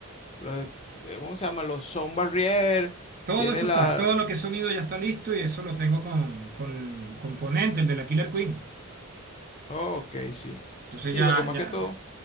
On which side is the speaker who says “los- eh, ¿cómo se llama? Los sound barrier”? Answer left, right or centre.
Left